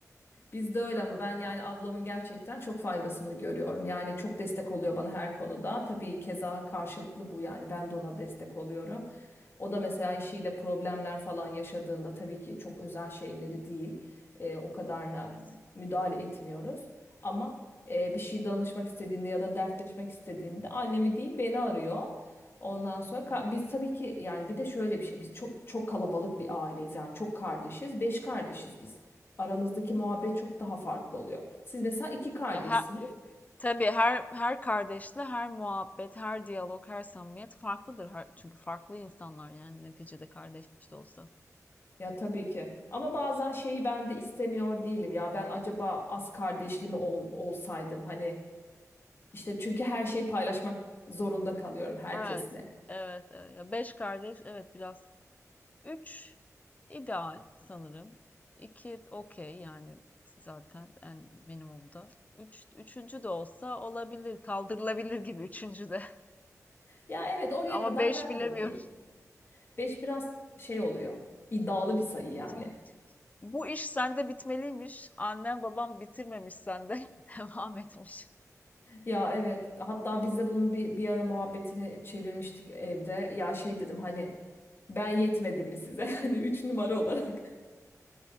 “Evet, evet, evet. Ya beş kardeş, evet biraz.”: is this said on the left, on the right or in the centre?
Left